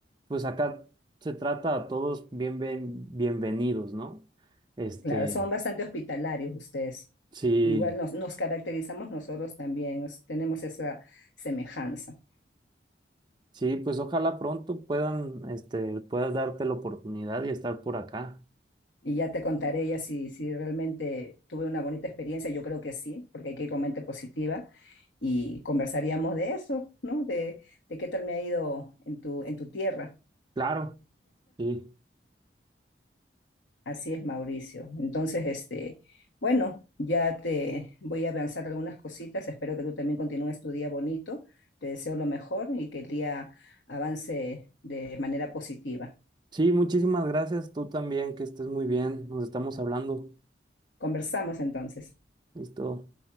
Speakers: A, on the right; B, on the left.
A: pues acá se trata a todos bien, bien, bienvenidos, ¿no? Este,
B: Claro, son bastante hospitalarios ustedes.
A: sí.
B: Igual nos, nos caracterizamos nosotros también, nos- tenemos esa semejanza.
A: Sí, pues ojalá pronto puedan, este, puedas darte la oportunidad y estar por acá.
B: Y ya te contaré ya si, si realmente tuve una bonita experiencia, yo creo que sí, porque hay que ir con mente positiva y conversaríamos de eso, ¿no? De, de qué tal me ha ido en tu, en tu tierra.
A: Claro, sí.
B: Así es, Mauricio. Entonces, este, bueno, ya te voy a avanzar algunas cositas. Espero que tú también continúes tu día bonito. Te deseo lo mejor y que el día avance de manera positiva.
A: Sí, muchísimas gracias. Tú también, que estés muy bien. Nos estamos hablando.
B: Conversamos entonces.
A: Listo.